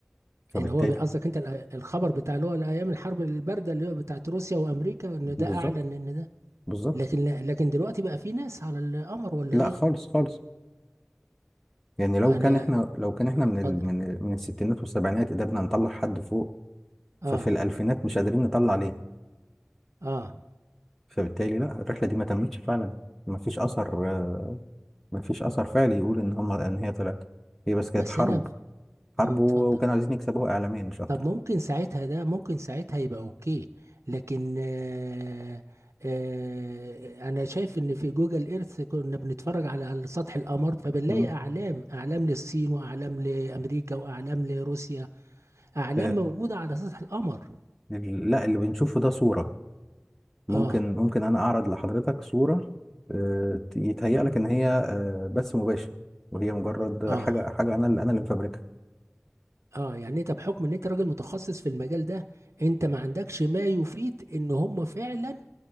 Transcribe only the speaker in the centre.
فبالتالي
بالظبط
بالظبط
لا
خالص خالص يعني لو
كان احنا لو كان احنا
من ال من ال- من الستينات والسبعينات قدرنا نطلع حد فوق
ففي الالفينات مش قادرين نطلع ليه
فبالتالي لا الرحله دي ما تمتش فعلا ما فيش اثر آه، مفيش اثر فعلي يقول ان هم ان هي طلعت هي بس كانت
حرب
حرب
و- وكانوا عايزين يكسبوها اعلاميا مش اكتر
مم.
آه،
ال- لا اللي بنشوفه ده صورة ممكن
ممكن انا اعرض لحضرتك صورة آه، ت- يتهيأ لك ان هي آه، بث مباشر وهي مجرد
حاجة حاجة انا اللي انا اللي مفبركها